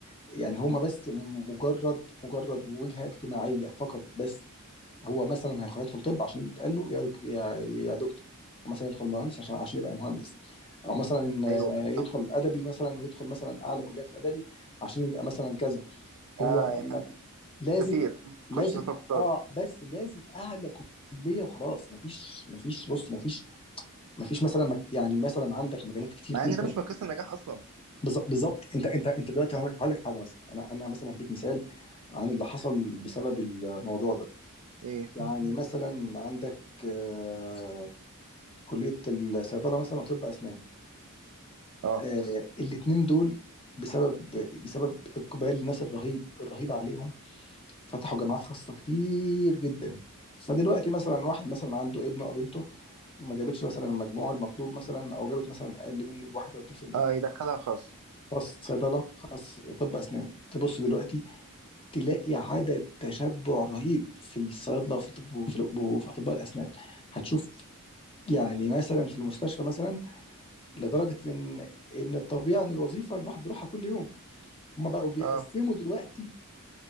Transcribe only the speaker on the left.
يعني هما بس مجرد مجرد وجهة اجتماعية فقط بس هو مثلا هيخ- هيدخل طب عشان يتقال له يا دك... يا يا دكتور او مثلا يدخل مهندس عشان عشان يبقى مهندس او مثلا آه،
يدخل ادبي مثلا ويدخل مثلا اعلى كليه في الادبي عشان يبقى مثلا كذا هو
لازم
لازم
اه بس لازم اعلى كليه وخلاص مفيش مفيش بص مفيش مفيش مثلا مك- يعني مثلا عندك مجالات كتير
جدا
بالظ- بالظبط انت انت انت دلوقتي هقول لك هقول لك حاجه مثلا انا انا مثلا هديك مثال عن اللي حصل بسبب الموضوع ده
يعني مثلا عندك آه، كليه الصيدله مثلا وطب اسنان
آه، الاتنين دول بسبب بسبب اقبال الناس الرهيب الرهيب عليهم فتحوا جامعات خاصة كتير جدا فدلوقتي مثلا واحد مثلا عنده ابنه او بنته ما جابتش مثلا المجموع المطلوب مثلا او جابت مثلا اقل منه بواحد او 2%
خاص صيدله خاص طب اسنان تبص دلوقتي تلاقي عدد تشبع رهيب في الصيادله وفي الطب- وفي وفي اطباء الاسنان هتشوف يعني مثلا في المستشفى مثلا لدرجه ان ان الطبيعي ان الوظيفه الواحد بيروحها كل يوم هم بقوا بيقسموا
دلوقتي